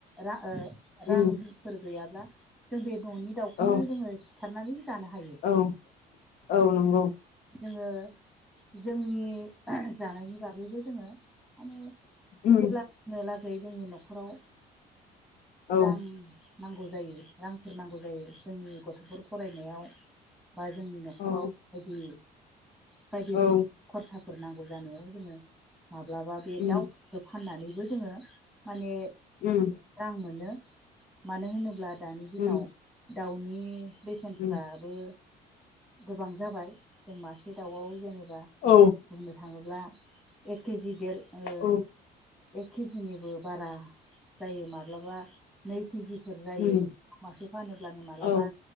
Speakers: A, in the centre; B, on the left (about 60°).
A: रा ओ रांफोर
B: उम
A: गैयाब्ला जों बे न'नि दाउखौनो
B: औ
A: जोङो सिथारनानै जानो हायो
B: औ औ नंगौ
A: जोङो जोंनि जानायनि बागैबो जोङो माने
B: उम
A: जेब्लानोलागै जोंनि न'खराव
B: औ
A: रां नांगौ जायो रांफोर नांगौ जायो जोंनि गथ'फोर फरायनायाव बा जोंनि न'खराव
B: औ
A: बायदि बायदि रोखोम
B: औ
A: खरसाफोर नांगौ जानायाव जोङो माब्लाबा बे
B: उम
A: दाउ फाननानैबो जोङो माने
B: उम
A: रां मोनो मानो होनोब्ला दानि दिनाव
B: उम
A: दाउनि बेसेनफ्राबो
B: उम
A: गोबां जाबाय जों मासे दावाव जेनेबा
B: औ
A: बुंनो था थाङोब्ला एक केजि देर ओ
B: औ
A: एक केजिनिबो बारा जायो माब्लाबा नै किजिफोर जायो
B: उम
A: जों मासे फानोब्लानो मा्लाबा
B: औ